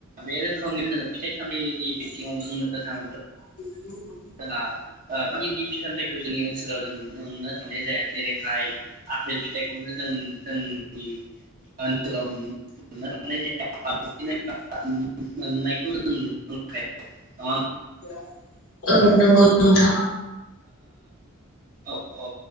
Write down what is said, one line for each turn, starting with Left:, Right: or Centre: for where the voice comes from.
Right: बे रोखोमनि जोङो फिथाइ नि बिथिङाव बुंनो थाङोब्ला
Left: <inaudible>
Right: जोंहा ओ बायदि बायदि फिथाइ सामथाइखौ जोंनि ओनसोलाव जों नुनो थांनाय जाया जेरैहाय आफेल फिथाइखौनो जों-जोंनि ओनसोलाव नुनो थांनाय जाया <unintelligible> मोननायखौ <unintelligible>
Left: <inaudible> औ नंगौ नोंथां
Right: औ औ